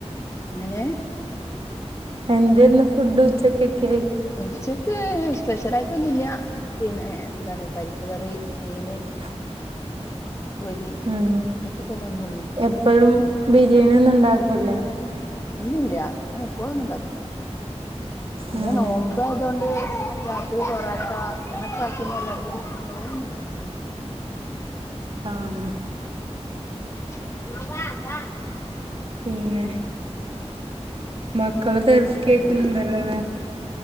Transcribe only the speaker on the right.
എന്തരുന്നു ഫുഡ് ഉച്ചക്കക്കെ
<inaudible>
ഉം
എപ്പഴും ബിരിയാണി ഒന്നും ഉണ്ടാക്കൂല്ലേ?
ഉം
ആഹ്
പിന്നെ മക്കള് തിരക്കിയേക്കുന്നുണ്ടല്ലോ
അല്ലേ